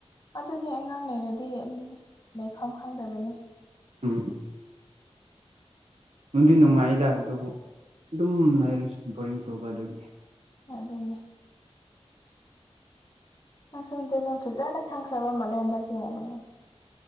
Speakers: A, on the left (about 40°); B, on the right (about 75°).
A: ꯑꯗꯨꯅꯦ ꯑꯉꯥꯡ ꯂꯩꯔꯗꯤ ꯂꯩꯐꯝ ꯈꯪꯗꯕꯅꯦ
B: ꯎꯝ ꯅꯨꯡꯗꯤ ꯅꯨꯡꯉꯥꯏꯗ ꯑꯗꯨꯕꯨ ꯑꯗꯨꯝ ꯂꯩꯔꯁꯨ ꯕꯣꯔꯤꯡ ꯆꯨꯕ ꯑꯗꯨꯒꯤ
A: ꯑꯗꯨꯅꯦ ꯑꯁꯣꯝ ꯇꯂꯣ ꯐꯖꯅ ꯈꯪꯈ꯭ꯔꯕ ꯃꯥꯜꯂꯦ ꯍꯟꯗꯛꯇꯤ ꯍꯥꯏꯕ